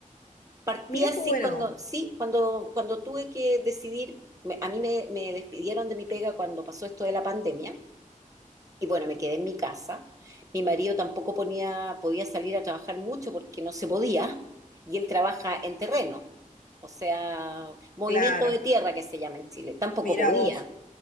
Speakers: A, on the right; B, on the left.
A: Partí
B: mira
A: así
B: qué bueno,
A: cuando, sí, cuando, cuando tuve que decidir, me- a mí me, me despidieron de mi pega cuando pasó esto de la pandemia, y bueno, me quedé en mi casa. Mi marido tampoco ponía, podía salir a trabajar mucho porque no se podía. Y él trabaja en terreno, o sea, movimiento
B: claro,
A: de tierra que se llama en Chile. Tampoco
B: mira
A: podía.
B: vos,